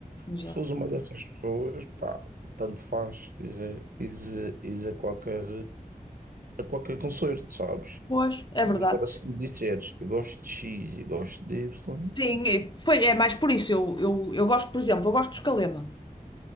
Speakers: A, on the left; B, on the right.
A: exato.
B: Se fores uma dessas pessoas, pá, tanto faz, is a, is a- is a qualquer, a qualquer concerto, sabes?
A: Pois, é
B: Mas
A: verdade.
B: agora se me disseres, eu gosto de X e gosto de Y,
A: Sim, e foi, é mais por isso. Eu, eu, eu gosto, por exemplo, eu gosto dos Calema.